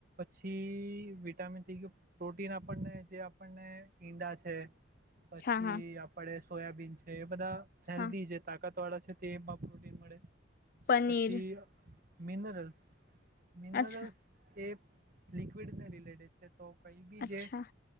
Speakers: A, on the right; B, on the left.
A: પછી વિટામીન થેય ગિયું પ્રોટીન આપણને જે આપણને ઈંડા છે. પછી
B: હા હા
A: આપડે સોયાબીન છે એ બધાં હેલ્દી
B: હા
A: છે તાકત <unintelligible> છે. તેમાં પ્રોટીન મળે
B: પનીર
A: પછી અ મિનરલ્સ મિનરલ્સ
B: અચ્છા
A: એ લિક્વિડને રિલેટેડ છે તો કઈબી
B: અચ્છા
A: જે